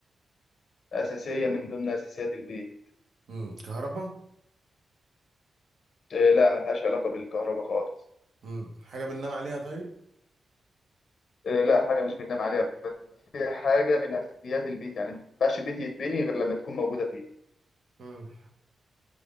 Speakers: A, on the left; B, on the right.
A: اساسيه من ضمن اساسيات البيت
B: امم كهرباء
A: آه لا ملهاش علاقه بالكهرباء خالص
B: امم حاجة بننام عليها طيب
A: آه لا حاجه مش بننام عليها بس هي حاجه من اساسيات البيت يعني ما ينفعش بيت يتبني غير لما تكون موجوده فيه
B: مم.